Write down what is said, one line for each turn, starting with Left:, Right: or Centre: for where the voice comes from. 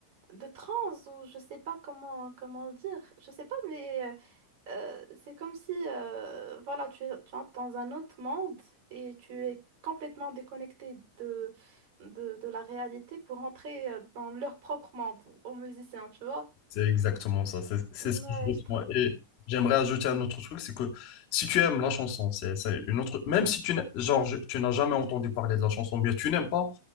Right: de transe ou je sais pas comment, comment le dire. Je sais pas, mais. euh, Euh, c'est comme si euh, voilà, tu es, tu entres dans un autre monde et tu es complètement déconnecté de, de, de la réalité pour entrer euh, dans leur propre monde aux musiciens, tu vois?
Left: C'est exactement ça, c'est c'est
Right: Mm,
Left: ce que
Right: Ouais,
Left: je ressens.
Right: je trouve.
Left: Et j'aimerais ajouter un autre truc, c'est que si tu aimes la chanson, c'est c'est une autre... Même si tu n'as genre, je- tu n'as jamais entendu parler de la chanson, bien tu n'aimes pas,